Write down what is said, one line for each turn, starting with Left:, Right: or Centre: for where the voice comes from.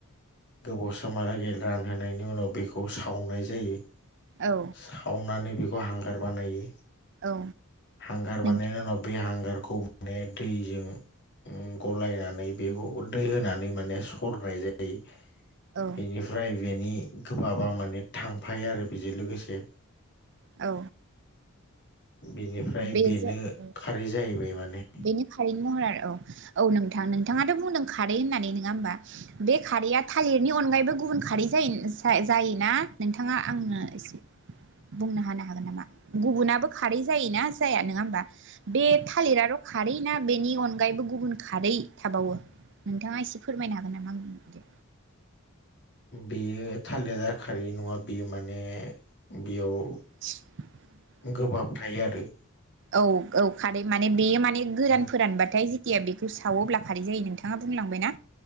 Left: गोबाव समालागे रानहोनायनि उनाव बे खौ सावनाय जायो
Right: औ
Left: सावनानानै बेख खौ हांगार बानायो
Right: औ
Left: हांगार
Right: नोंथां
Left: बानायनायनि उनाव बे हांगार खौ माने दैजों उम गलायनानै बेखौ दै होनानै माने सरनाय जायो
Right: औ
Left: बेनिफ्राय बेनि गोबाबा माने थांफायो आरो बेजों लोगोसे
Right: औ
Left: बिनिफ्राय
Right: बेजों
Left: बेनो
Right: औ
Left: खारै जाहैबाय माने
Right: बेनि खारैनि महरा औ औ नोंथां नोंथाङाथ' बुंदों खारै होननानै नोङा होनबा बे खारैया थालिरनि अनगायैबो गुबुन खारै जायोना नोंथाङा आंनो एसे बुंनो हानो हागोन नामा गुबुनाबो खारै जायोना जाया नोङा होमबा बे थालिराथ' खारै ना बेनि अनगायैबो गुबुन खारै थाबावो नोंथाङा एसे फोरमायनो हागोन नामा बुं
Left: बेयो थालेरा खारै नङा बेयो माने बेयाव
Right: <unintelligible>
Left: गोबाब थायो आरो
Right: औ औ खारै माने बेयो माने गोरान
Left: ओम
Right: फोरानबाथाय या बेखौ सावोब्ला खारै जायो नोंथाङा बुंलांबायना